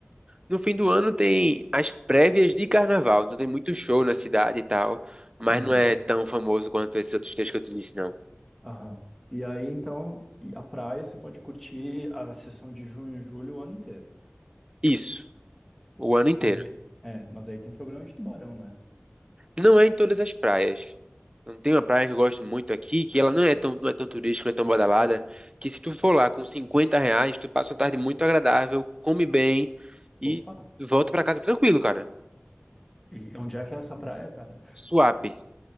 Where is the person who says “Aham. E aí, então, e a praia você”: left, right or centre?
Centre